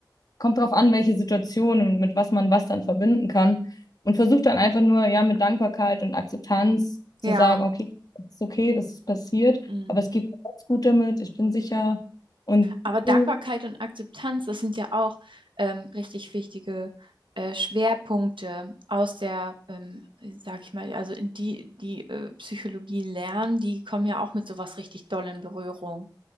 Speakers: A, on the left; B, on the right.
A: kommt drauf an, welche Situation und mit was man was dann verbinden kann. Und versuche dann einfach nur, ja, mit Dankbarkeit und Akzeptanz zu
B: Ja,
A: sagen, okay, es ist okay, das ist passiert,
B: hm.
A: aber es geht mir ganz gut damit, ich bin sicher. Und
B: Aber Dankbarkeit
A: so,
B: und Akzeptanz, das sind ja auch ähm, richtig wichtige äh, Schwerpunkte aus der, ähm, sag ich mal, also in die, die äh, Psychologie lernen, die kommen ja auch mit sowas richtig doll in Berührung,